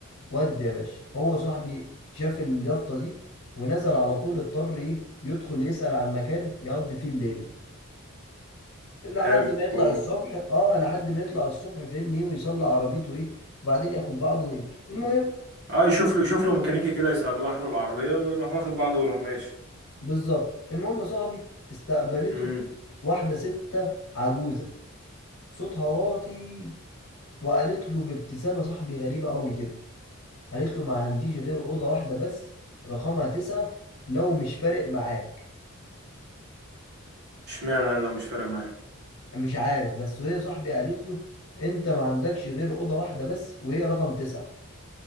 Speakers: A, on the left (about 90°); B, on the right (about 50°).
A: ودي يا باشا هو صاحبي شاف اليافطة دي ونزل على طول اضطر ايه يدخل يسأل عن مكان يقضي فيه الليلة لحد
B: حلو
A: ما يطلع
B: و...
A: الصبح اه لحد ما يطلع الصبح فاهمني إيه، ويصلي عربيته ايه وبعدين ياخد بعضه ويمشي المهم
B: اه يشوف له يشوف له ميكانيكي كده يصلح له العربية ويروح واخد بعضه ويروح ماشي
A: بالظبط المهم صاحبي استقبلته
B: امم
A: واحدة ستة عجوزة صوتها واطي وقالت له بابتسامة صاحبي غريبة قوي كده قالت له ما عنديش غير أوضة واحدة بس رقمها تسعة لو مش فارق معاك
B: اشمعنى انا لو مش فارق معاه
A: مش عارف بس وهي صاحبي قالت له أنت ما عندكش غير أوضة واحدة بس وهي رقم تسعة